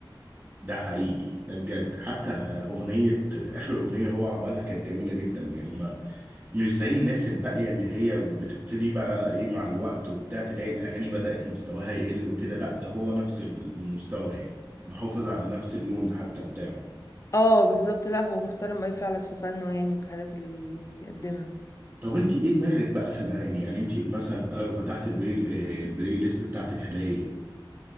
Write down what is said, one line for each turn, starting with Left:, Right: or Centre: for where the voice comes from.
Right: ده حقيقي ده بجد حتى آه، أغنية آخر أغنية هو عملها كانت جميلة جدا يعني ما مش زي الناس الباقية اللي هي بتبتدي بقى إيه مع الوقت وبتاع تلاقي الأغاني بدأت مستواها يقل وكده لا ده هو نفس المستوى يعني محافظ على نفس اللون حتى بتاعه
Left: اه بالظبط لا هو محترم اوي فعلا في فنه يعني وفي الحاجات اللي بي... بيقدمها
Right: طب انت ايه دماغك بقى في الاغاني يعني انت مثلا انا لو فتحت البلاي آه، البلاي ليست بتاعتك هلاقي ايه